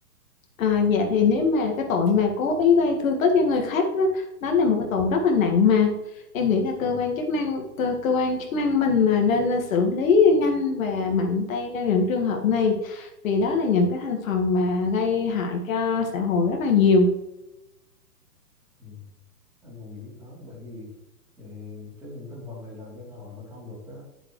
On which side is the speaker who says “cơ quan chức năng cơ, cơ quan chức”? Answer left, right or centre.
Left